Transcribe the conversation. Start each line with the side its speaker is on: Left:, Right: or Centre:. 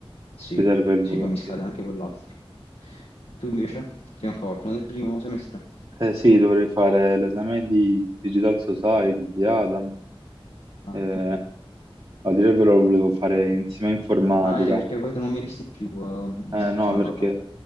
Left: sì,
Right: ti serve il
Left: sì,
Right: voto,
Left: poi mi scade
Right: sì.
Left: anche quell'altro. Tu invece? Ti manca qualcuno del primo semestre?
Right: Eh sì, dovrei fare l'esame di Digital Society di Adam.
Left: Ah,
Right: Eh,
Left: ok.
Right: a dire il vero lo volevo fare insieme a informatica,
Left: Ah, eh, perché poi tu non venisti più, ehm,
Right: Eh,
Left: l'ultima
Right: no, perché?
Left: data.